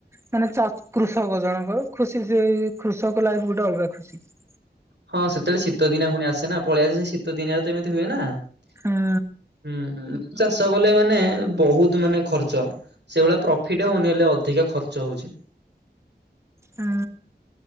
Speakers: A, on the right; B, on the right.
A: ମାନେ ଚା କୃଷକ ଜଣକର ଖୁସି ସେ କୃଷକ ଲାଇଫ୍ ଗୋଟେ ଅଲଗା ଖୁସି ।
B: ହଁ ସେତେବେଳେ ଶୀତ ଦିନଆ ପୁଣି ଆସେ ନା ପଳେଇଆସ ସେ ଶୀତ ଦିନିଆରେ ତ ଏମିତି ହୁଏ ନା ।
A: ହୁଁ
B: ହୁଁ ଉଁ ଚାଷ କଲେ ମାନେ ବୋହୁତ ମାନେ ଖର୍ଚ୍ଚ ସେଇଭଳିଆ ପ୍ରଫିଟ୍ ହୋଉନି ହେଲେ ଅଧିକା ଖର୍ଚ୍ଚ ହୋଉଚି।
A: ହୁଁ।